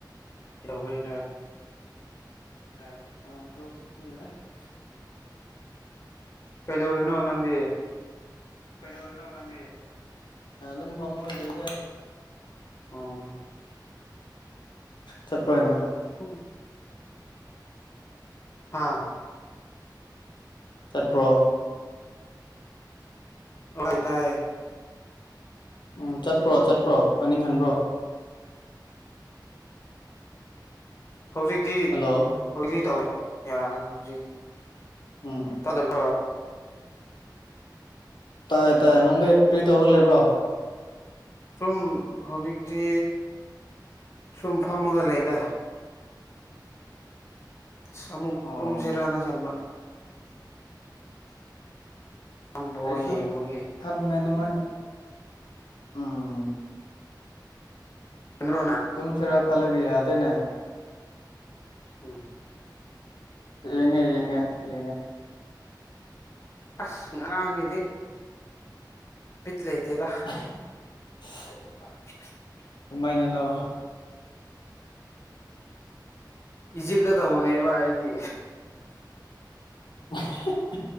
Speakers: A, on the left; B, on the left.
A: ꯍꯋꯔ
B: ꯀꯗꯠꯇ <unintelligible>
A: ꯀꯩꯗꯧꯔꯤꯅꯣ ꯅꯪꯗꯤ
B: ꯀꯩꯗꯧꯔꯤꯅꯣ ꯅꯪꯗꯤ ꯑꯩ ꯑꯗꯨꯝ ꯐꯝꯃꯒ ꯂꯩꯗ
A: ꯑꯣ
B: ꯆꯠꯄꯔꯥ ꯌ‌ꯦꯡꯉꯣ
A: ꯎꯝ <unintelligible> ꯍꯥꯥ
B: ꯆꯠꯄ꯭ꯔꯣ
A: ꯇꯥꯏ ꯇꯥꯏꯌꯦ
B: ꯎꯝ ꯆꯠꯄ꯭ꯔꯣ ꯆꯠꯄ꯭ꯔꯣ ꯃꯅꯤꯡ ꯍꯟꯕ꯭ꯔꯣ
A: ꯍꯧꯖꯤꯛꯇꯤ
B: ꯍꯜꯂꯣ
A: ꯍꯧꯖꯤꯛꯇꯤ ꯇꯧꯔꯦ <unintelligible> ꯌꯥꯔ‌ꯦ
B: ꯎꯝ
A: ꯇꯗꯥꯕꯔꫭ
B: ꯇꯥꯏꯌꯦ ꯇꯥꯏꯌꯦ ꯅꯪꯗꯤ ꯀ꯭ꯔꯤ ꯇꯧꯔ ꯂꯩꯕ꯭ꯔꯣ
A: ꯁꯨꯝ ꯍꯧꯖꯤꯛꯇꯤ ꯁꯨꯝ ꯐꯝꯃꯒ ꯂꯩꯗ ꯑꯁ ꯑꯃꯨꯛ
B: ꯑꯣ
A: ꯇꯨꯝꯁꯤꯔꯥꯅ ꯈꯟꯕ ꯕꯣꯜ
B: ꯑꯩꯁꯨ
A: ꯌꯦꯡꯕꯒꯤ
B: ꯈꯪꯉꯦ <unintelligible> ꯑꯗꯨꯃꯥꯏꯅ ꯎꯝ
A: ꯆꯗ꯭ꯔꯣꯅ <unintelligible>
B: ꯇꯨꯨꯝꯁꯤꯔ ꯈꯜꯂꯒ ꯌꯥꯗꯦꯅꯦ
A: ꯎꯝ
B: ꯌꯦꯡꯉꯦ ꯌꯦꯡꯉꯦ ꯌꯦꯡꯉꯦ
A: ꯑꯁ ꯉꯔꯥꯡꯒꯤꯗꯤ ꯕꯤꯠ ꯂꯩꯇꯦꯗ
B: ꯑꯍꯦ ꯍꯁ
A: <unintelligible>
B: <unintelligible> ꯀꯃꯥꯏꯅꯅꯣ
A: ꯏꯖꯤꯞꯇ ꯇꯧꯕꯅꯦꯕ ꯑꯩꯗꯤ
B: ꯎ <unintelligible>